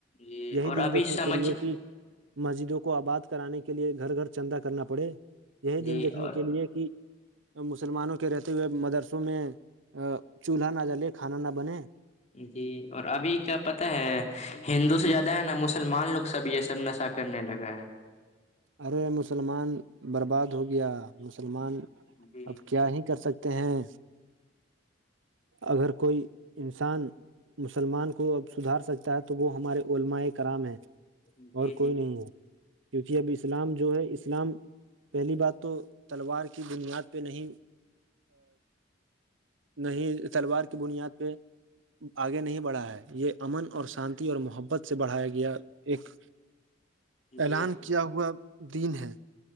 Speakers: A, on the left; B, on the right.
A: جی
B: یہی
A: اور
B: دن
A: ابھی
B: دیکھنے
A: سمجھ
B: کے لیے کہ مسجدوں کو آباد کرانے کے لیے گھر گھر چندا کرنا پڑے یہی
A: جی
B: دن دیکھنے
A: اور
B: کے لیے کہ مسلمانوں کے رہتے ہوئے مدرسوں میں چولہا نہ ڈلے کھانا نہ بنے
A: جی اور ابھی کیا پتاہ ہے ہندو سے زیادہ ہے نا مسلمان لوگ سب یہ سب نشہ کرنے لگا ہے
B: ارے مسلمان برباد ہو گیا مسلمان
A: جی
B: اب کیا ہی کر سکتے ہیں اگر کوئی انسان مسلمان کو اب سدھار سکتا ہے تو وہ ہمارے علمائےء کرام ہے
A: جی
B: اور
A: جی
B: کوئی نہیں ہے جی اب اسلام جو ہے اسلام پہلی بات تو تلوار کی بنیاد پہ نہیں نہیں تلوار کی بنیاد پہ آگے نہیں بڑھا ہے یہ امن اور شانتی اور محبت سے بڑھایا گیا ایک
A: <inaudible> جی
B: اعلان
A: جی
B: کیا ہوا دن ہے